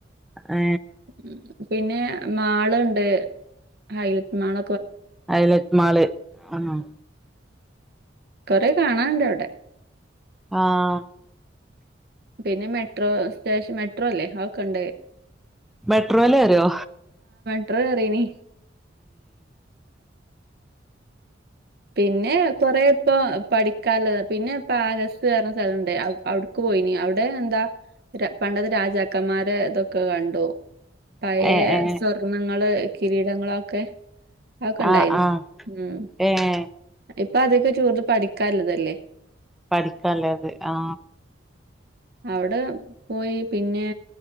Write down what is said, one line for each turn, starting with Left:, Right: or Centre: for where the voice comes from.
Centre: ആ
Right: ഉം, പിന്നെ മാളുണ്ട് ഹൈലൈറ്റ് മാള
Centre: ഐലറ്റ് മാള് ഉം.
Right: കൊറെ കാണാൻ ഉണ്ട് അവിടെ
Centre: ആഹ്
Right: പിന്നെ മെട്രോ സ്റ്റേഷൻ മെട്രോ അല്ലേ ഉണ്ട്
Centre: മെട്രോയില്ല് വരോ
Right: എത്ര കേറിന് പിന്നെ ഏ കൊറെ ഇപ്പൊ പഠി <unintelligible> പിന്നെ പാലസ്. <unintelligible> സ്ഥലുണ്ട്. <unintelligible> <unintelligible> അവിടെ എന്താ പണ്ടത്തെ രാജാക്കന്മാരെ ഇതൊക്കെ കണ്ടു പഴയ
Centre: ഏ ഏ
Right: സ്വർണങ്ങള് കിരീടങ്ങളൊക്കെ അതൊക്കെ ഇണ്ടായിനു
Centre: ആ ആ
Right: ഉം
Centre: ഏ ഏ
Right: ഇപ്പൊ അതൊക്കെ <unintelligible> പഠിക്കാനുള്ളതല്ലേ
Centre: പഠിക്കാ ഉള്ളത് ആ
Right: അവിടെ പോയി പിന്നെ